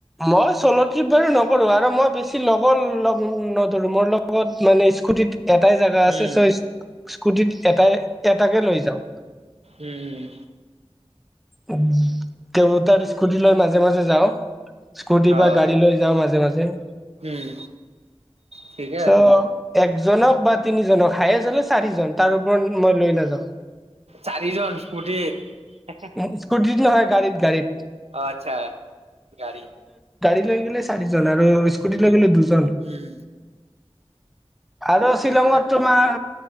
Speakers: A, in the centre; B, on the right.
A: মই চ'লোট্ৰিপ বাৰু নকৰো আৰু মই বেছি লগৰ লগ নধৰো ম লগত মানে <unintelligible> স্কুটিত এটাই জেগা আছে
B: উম
A: চ স্কুটিত এটাই এটাকে লৈ যাও।
B: উম উম
A: তেওঁ তাৰ স্কুটি লৈ নায। মাজে মাজে যাওঁ স্কুটি
B: অ
A: বা গাড়ী লৈ যাওঁ মাজে মাজে
B: উম ঠিকে
A: চ'
B: আছে
A: একজনক বা তিনিজনক খাই আচলতে চাৰিজন তাৰ ওপৰত মই লৈ নাযাও।
B: চাৰিজন ফূৰ্তিত
A: উম, স্কুটিত নহয় গাড়ীত গাড়ীত।
B: আচ্ছা, গাড়ী।
A: গৈ গলো চাৰিজন আৰু স্কুটি লৈ গ'লো দুজন।
B: উম
A: আৰু শ্বিলঙত
B: ঠিকে আছে
A: তোমাৰ